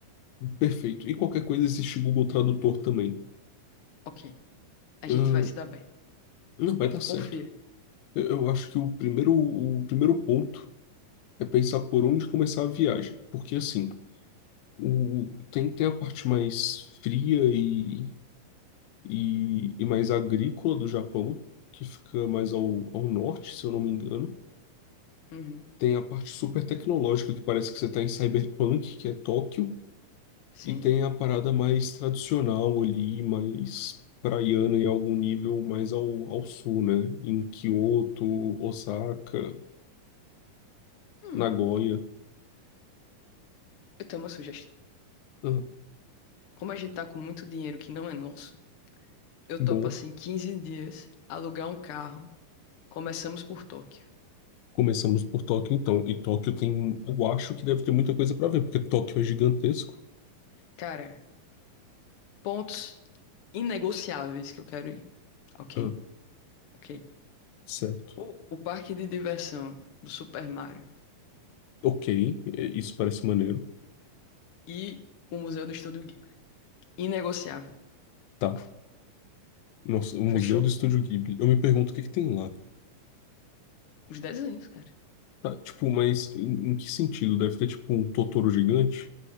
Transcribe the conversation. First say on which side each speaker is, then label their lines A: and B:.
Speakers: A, on the left; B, on the left.
A: Perfeito. E qualquer coisa existe Google Tradutor também.
B: Ok, a gente
A: Ahn,
B: vai se dar bem.
A: não vai dar certo.
B: Confia.
A: Eu, eu acho que o primeiro, o primeiro ponto é pensar por onde começar a viagem. Porque assim, o, tem, tem a parte mais fria e, e, e mais agrícola do Japão, que fica mais ao, ao norte, se eu não me engano.
B: Uhum.
A: Tem a parte super tecnológica, que parece que você está em Cyberpunk, que é Tóquio,
B: Sim.
A: e tem a parada mais tradicional ali, mais praiana em algum nível mais ao, ao sul, né? Em Kyoto, Osaka,
B: Hum,
A: Nagoya.
B: eu tenho uma sugestão.
A: Ah,
B: Como a gente tá com muito dinheiro que não é nosso, eu
A: que
B: topo
A: bom.
B: assim 15 dias alugar um carro. Começamos por Tóquio.
A: Começamos por Tóquio, então. E Tóquio tem, eu acho que deve ter muita coisa para ver, porque Tóquio é gigantesco.
B: Cara, pontos inegociáveis que eu quero ir. Ok?
A: Ah,
B: Ok.
A: certo.
B: O, o parque de diversão do Super Mario
A: Ok, é, isso parece maneiro.
B: e o Museu do Estúdio Ghibli. Inegociável.
A: Tá. Nossa, o Museu
B: Fechou
A: do Estúdio Ghibli. Eu me pergunto o que que tem lá.
B: os desenhos, cara.
A: Tá, tipo, mas em, em que sentido? Deve ter, tipo, um Totoro gigante?